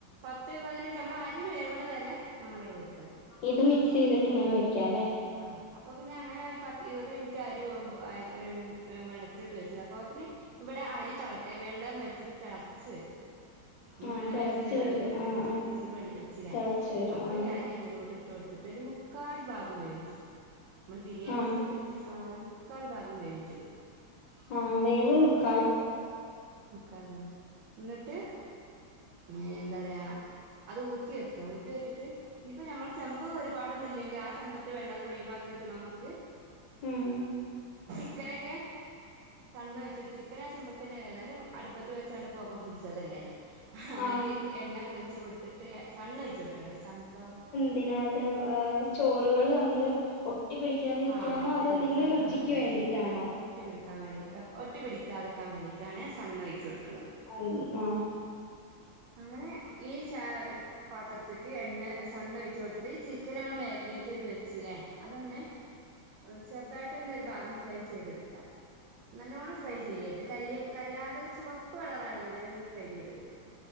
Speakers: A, on the right; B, on the left.
A: പത്ത് പതിനഞ്ച് നമ്മള അ രി വേവ്ണ വരെ നമ്മളവടെ വെക്കത്
B: ഇത് മി മിക്സെയ്തിട്ട് ഇങ്ങന വെക്കാല്ലേ
A: ആഹ് അപ്പൊ പിന്നെ അങ്ങനായി പത്ത് ഇരുപത് മിൻറ്റ് അരി വേവുമ്പൊ <unintelligible> വെള്ളത്തിലിട്ട് വെച്ചിലെ അപ്പോത്തിന് ഇവടെ അരി തള എ വെള്ളം വെച്ചത് തെളച്ച് വെരും. നമ്മള്
B: ആ
A: വെള്ളം
B: തിളച്ചു
A: വെച്ചിലേ, വെള്ളത്ത്ക്ക്
B: വരും
A: ഇതൊക്കെ
B: ആ
A: ഇട്ട്
B: ആ
A: കൊട്ത്തിട്ട് നമ്മള് വെൾ വെച്ചിലെ,
B: തിളച്ചു വരും
A: അപ്പൊ
B: ആ
A: ഈ അരി ഇതിലോട്ട് ഇട്ട് കൊടുത്തിട്ട്, ഒരു മുക്കാൽ ഭാഗ ക് വേവിച്ചെടുക്ക്. നമ്മള് ബിരിയാണിക്കെക്കെ
B: ആ
A: വേവ്ച്ചെട്ക്കണമാതിരി മുക്കാൽ ഭാഗം വേവിച്ചെടുക്ക്
B: ഹാഹ് വേവ് നിക്
A: ട്ട് മുക്കാല് മതി. ഇന്ന്ട്ട് ങേ എന്താ പറയാ, അത് ഊറ്റി വെക്ക, ഊറ്റി വെച്ചിട്ട് ഇനിപ്പ ഞമ്മള് ചെമ്പ് വരു പ്പാടൊന്ന്ല്ലെങ്കി ആ ചെമ്പ്ത്തെ വെള്ളൊക്കെ ഒയ്‌വാക്കീട്ട് നമ്മക്ക്
B: ഉം
A: ചിക്കനെക്കെ സണ്ണൊഴിച്ചിട്ട് ചിക് ചിക്കനാ ചെമ്പ്ക്കെന്നെ ഏതാലും അടുപ്പത്ത് വെച്ചാണ്ട് പൊക പുട്ച്ചതല്ലെ ഹ
B: ആ
A: അയില് എണ്ണക്കെ ഒയിച്ച് കൊടുത്തിട്ട്, എ സണ്ണ് ഒയ്ച്ച് കൊടുക്കട്ടൊ സൺഫ്ലവറ്
B: പിന്നെ അത് ഏ ചോറ്കള് തമ്മില് ഒട്ടിപിടി ക്കാതിരിക്കാനോ
A: ആ ഒട്ടി
B: അതൊ
A: പിടിക്കാതെക്കാൻ
B: എന്തെങ്കിലും രുചിക്ക്
A: വേണ്ടിയിട്ടാണ്
B: വേണ്ടീട്ടാണോ?
A: ഒട്ടി ഒട്ടി പിടിക്കാം വേണ്ടി, ഒ ഒട്ടി പിടിക്കാതെക്കാം വേണ്ടീട്ടാണ് സണ്ണ് ഒയിച്ച് കൊട്ക്ക്ണത്.
B: <unintelligible> ആഹ്
A: അങ്ങനെ ഈ ചാ പാത്രത്ത്ക്ക് എണ്ണ സണ്ണൊയിച്ച് കൊടുത്തിട്ട് ഈ ചിക്ക് ക്കനമ്മള് മാഗ്നേറ്റ് ചെയ്ത് വെച്ചിലേ അതൊന്ന് അത് ചെറുതായിട്ട്ന്നൊരു ഭാഗം ഫ്രൈ ചെയ്തെട്ക്ക നല്ലോണം ഫ്രൈ ചെയ്യര്ത്, കരിയെ കരിയാതൊര് ചുവപ്പ് കളറാക്ണത് വരേ ഒന്ന് ഫ്രൈ ചെയ്തെട്ക്ക